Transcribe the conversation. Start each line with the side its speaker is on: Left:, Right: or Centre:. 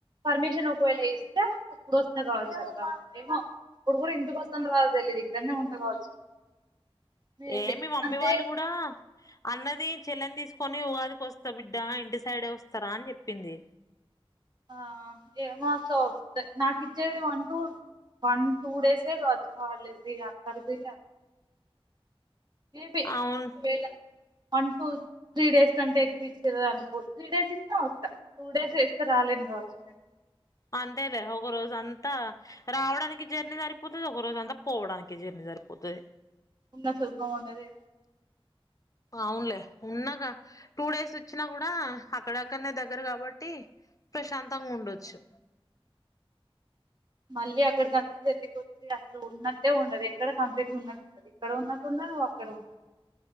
Right: పర్మిషన్ ఒకవేళ ఇస్తే అప్పుడు వస్తే కావచ్చు అక్క ఏమో అప్పుడు కూడా ఇంటికి వస్తాం రాదు తెలీదు ఇక్కడనే ఉంట కావచ్చు మేబీ
Left: ఏ మి మమ్మీ
Right: అంటే
Left: వాళ్ళు కూడా అన్నది చెల్లెని తీసుకొని ఉగాదికిస్తా బిడ్డ ఇంటి సైడే వస్తారా అని చెప్పింది
Right: ఆ ఏమే అక్క వస్త నాకు ఇచ్చేది వన్ టూ వన్ టూ డేసే కావచ్చు హాలీడేస్ అక్కడికి మేబి
Left: అవును
Right: ఒకవేళ వన్ టు త్రీ డేస్ కంటే ఎక్కుచ్చ అనుకో త్రీ డేస్ ఇస్తే వస్తా టూ డేస్ వస్త రాలేను కావచ్చు నేను
Left: అంతేలే ఒక రోజు అంతా రావడానికి జర్నీ సరిపోతుంది ఒక రోజు అంతా పోవడానికి జర్నీ సరిపోతది
Right: ఉన్న సల్పం ఉండది
Left: వునులే ఉన్నాగా టూ డేస్ వచ్చినా కూడా అక్కడ అక్కడనే దగ్గర కాబట్టి ప్రశాంతంగా ఉండొచ్చు
Right: మళ్ళీ అక్కడికంతా జర్నీక వచ్చి అసలు ఉన్నట్టే ఉండదు ఎక్కడ కంప్లీట్ గా ఉన్నట్టు ఉండదు ఇక్కడ ఉన్నట్టుండదు అక్కడ ఉండదు